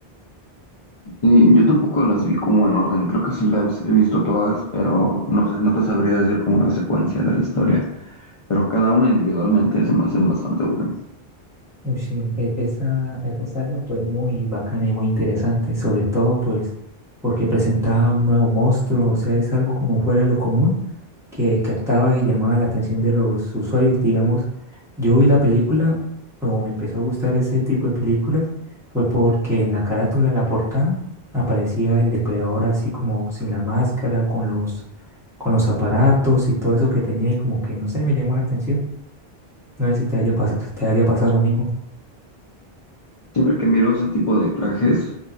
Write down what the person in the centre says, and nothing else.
Uy, sí, e- esa, esa saga fue muy bacana y muy interesante, sobre todo pues porque presentaba un nuevo monstruo, o sea, es algo como fuera de lo común que captaba y llamaba la atención de los usuarios. Digamos, yo vi la película o me empezó a gustar ese tipo de películas fue porque en la carátula, en la portada, aparecía el depredador así como sin la máscara, con los, con los aparatos y todo eso que tenía y como que no sé, me llamó la atención. No sé si te haya, pas- te haya pasado lo mismo.